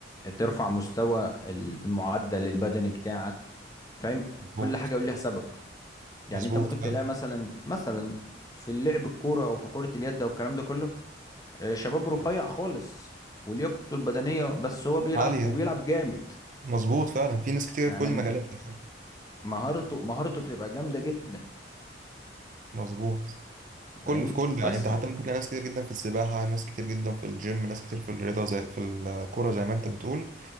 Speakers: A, on the left; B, on the right.
A: ترفع مستوى المعدل البدني بتاعك فاهم
B: مظبوط
A: كل حاجة وليها سبب يعني
B: مظبوط
A: انت ممكن
B: فعلا
A: تلاقي مثلا مثلا في اللعب الكورة او في كرة اليد او الكلام ده كله آه، شباب رفيع خالص ولياقته البدنية بس هو بيلعب
B: عالية
A: وبيلعب جامد
B: مظبوط فعلا في ناس كتير
A: يعني
B: في كل المجالات كمان
A: مهارته مهارته بتبقى جامدة جدا
B: مظبوط في
A: فاهم
B: كل في كل
A: بس
B: يعني انت حتى ممكن تلاقي ناس كتير جدا في السباحة ناس كتير جدا في الجيم ناس كتير في الرياضة زي في الكورة زي ما انت بتقول